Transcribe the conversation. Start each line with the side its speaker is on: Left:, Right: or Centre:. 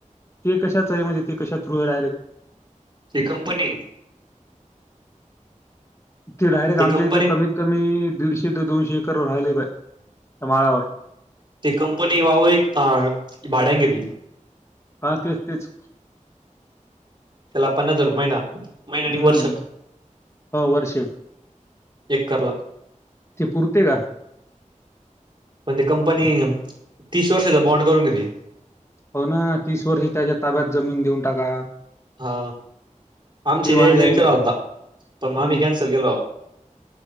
Left: ते कशाच आहे, म्हणे ते कश थ्रू आहेडायरेट,
Right: ती कंपनी
Left: ते डायरेक्ट
Right: ती
Left: आमच्या
Right: कंपनी
Left: इथं कमीत कमी, दीडशे, दोनशे, एकरवर राहिले. तमारावर,
Right: ती कंपनी वावर एक, भाड्यान घेतली.
Left: हा तेच, तेच,
Right: त्याला पन्नास हजार, महिना महिन्यानी
Left: हम्म
Right: वर्ष,
Left: हो वर्ष
Right: एकरला,
Left: ते पुरते का?
Right: पण ते कंपनी, तीस वर्षाचा बॉन्ड करून घेते.
Left: हो ना तीस वर्ष त्याच्या, ताब्यात जमीन देऊन टाका.
Right: हा आमची
Left: ते वांदे
Right: दे विचार
Left: आहे ना.
Right: घालता, पण मग आम्ही
Left: हम्म
Right: कॅन्सल केलो,